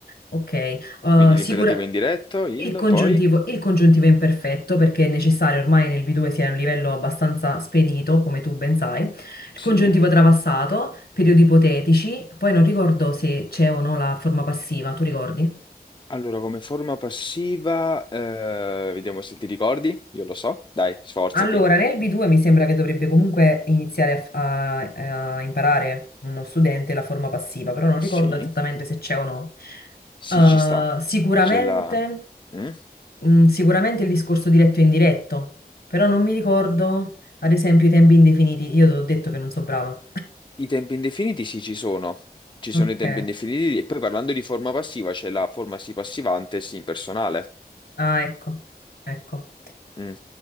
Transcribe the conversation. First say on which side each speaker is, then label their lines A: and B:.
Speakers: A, on the left (about 70°); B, on the left (about 30°).
A: Ok, eh,
B: quindi
A: sicura-
B: l'imperativo indiretto, il
A: il congiuntivo,
B: poi,
A: il congiuntivo è imperfetto perché è necessario ormai nel B2 sia a un livello abbastanza spedito, come tu ben sai. Il
B: sì.
A: congiuntivo trapassato, periodi ipotetici, poi non ricordo se c'è o no la forma passiva, tu ricordi?
B: Allora, come forma passiva, eh, vediamo se ti ricordi. Io lo so. Dai, sforzati.
A: Allora, nel B2 mi sembra che dovrebbe comunque iniziare a, f- a- a imparare uno studente la forma passiva, però non
B: Sì.
A: ricordo esattamente se c'è o no.
B: Sì,
A: Eh,
B: ci sta.
A: sicuramente.
B: C'è la... Mm?
A: Mm, sicuramente il discorso diretto e indiretto, però non mi ricordo, ad esempio, i tempi indefiniti. Io ti ho detto che non so brava.
B: I tempi indefiniti, sì, ci sono. Ci
A: Ok.
B: sono i tempi indefiniti. E poi parlando di forma passiva, c'è la forma sì passivante, sì impersonale.
A: Ah, ecco. Ecco.
B: Mm.